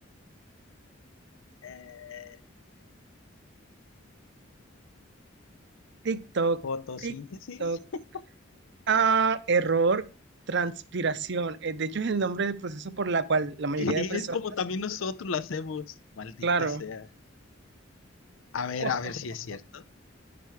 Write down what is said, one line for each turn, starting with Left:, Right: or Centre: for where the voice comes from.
Left: Eh,
Right: Tic-toc,
Left: fotosíntesis.
Right: tic-toc.
Left: <laughs>
Right: Ah, error, transpiración. Eh, de hecho, es el nombre del proceso por la cual la mayoría
Left: Y
Right: de personas,
Left: es como también nosotros lo hacemos, maldita
Right: claro.
Left: sea. A ver,
Right: <laughs>
Left: a ver si es cierto.